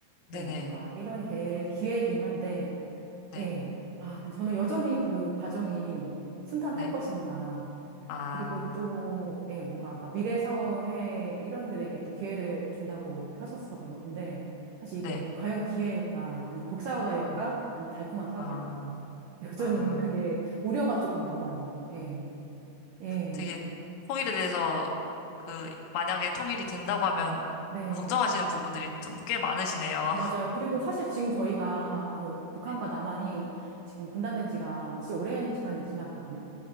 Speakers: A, on the left (about 85°); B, on the right (about 75°).
A: 네
B: 예,
A: 네,
B: 뭔가 일원이 될 기회이긴 한데,
A: 네,
B: 예. 아, 근데 저는 여전히 그 과정이 순탄할
A: 네,
B: 것인가.
A: 아,
B: 그리고 또, 예, 뭔가 아까 미래 사회 일원들에게 또 기회를 준다고 이렇게 하셨었는데, 사실
A: 네,
B: 이게 과연 기회일까? 아니, 독사과일까?
A: 아,
B: 아니, 달콤한 사과일까?
A: 아,
B: <laughs> 여전히
A: 아,
B: 그게 우려가 조금 남아요. 예, 예,
A: 되게 통일에 대해서 그 만약에 통일이 된다고 하면
B: 네.
A: 걱정하시는 부분들이 좀 꽤 많으시네요.
B: 맞아요.
A: <laughs>
B: 그리고 사실 지금 저희가 그 북한과
A: 네,
B: 남한이 지금 분단된 지가 진짜 오랜 시간이 지났거든요.